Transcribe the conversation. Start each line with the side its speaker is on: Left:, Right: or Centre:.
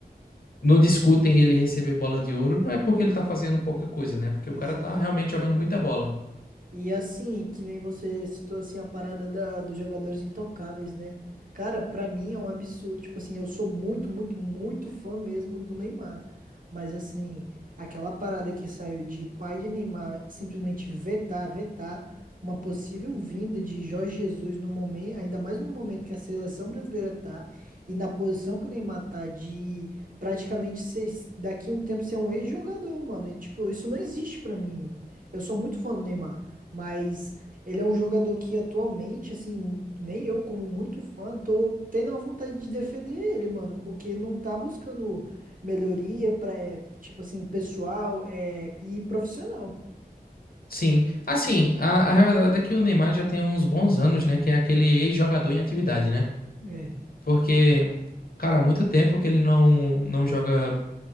Left: Não discutem ele receber bola de ouro, não é porque ele tá fazendo pouca coisa, né? Porque
Right: Exato,
Left: o cara tá realmente
Right: exato.
Left: jogando muita bola.
Right: E assim, que nem você citou assim a parada da, dos jogadores intocáveis, né? Cara, pra mim é um absurdo. Tipo assim, eu sou muito, muito, muito fã mesmo do Neymar. Mas assim, aquela parada que saiu de pai de Neymar simplesmente vetar, vetar uma possível vinda de Jorge Jesus no momento, ainda mais no momento que a seleção brasileira tá e na posição que o Neymar tá de praticamente ser, daqui a um tempo ser um ex-jogador, mano. E, tipo, isso não existe pra mim, mano. Eu sou muito fã do Neymar. Mas ele é um jogador que atualmente, assim, nem eu, como muito fã, tô tendo a vontade de defender ele, mano, porque não tá buscando melhoria pra, é, tipo assim, pessoal, é, e profissional.
Left: Sim. Assim, a, a realidade é que o Neymar já tem uns bons anos, né? Que é aquele ex-jogador em atividade, né?
Right: É.
Left: Porque, cara, há muito tempo que ele não, não joga